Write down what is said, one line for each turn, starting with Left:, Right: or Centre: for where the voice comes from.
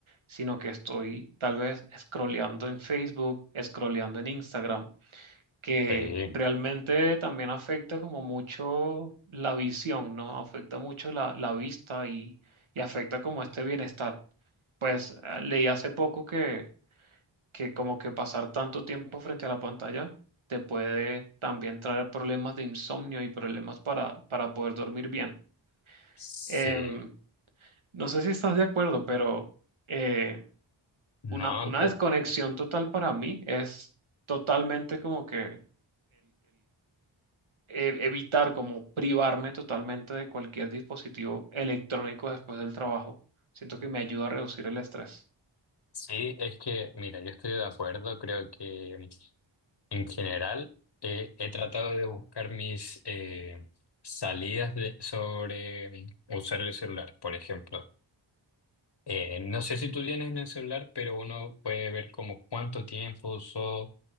Right: sino que estoy tal vez scrolleando en Facebook, scrolleando en Instagram que
Left: Sí,
Right: realmente también afecta como mucho la visión, ¿no? Afecta mucho la, la vista y, y afecta como este bienestar. Pues eh, leí hace poco que, que como que pasar tanto tiempo frente a la pantalla te puede también traer problemas de insomnio y problemas para, para poder dormir bien.
Left: sí.
Right: Em, no sé si estás de acuerdo, pero eh,
Left: No,
Right: una, una
Left: eh,
Right: desconexión total para mí es totalmente como que eh, evitar como privarme totalmente de cualquier dispositivo electrónico después del trabajo. Siento que me ayuda a reducir el estrés.
Left: sí, es que, mira, yo estoy de acuerdo, creo que en general eh, he tratado de buscar mis eh, salidas de- sobre eh, usar el celular, por ejemplo. Eh, no sé si tú tienes en el celular, pero uno puede ver como cuánto tiempo usó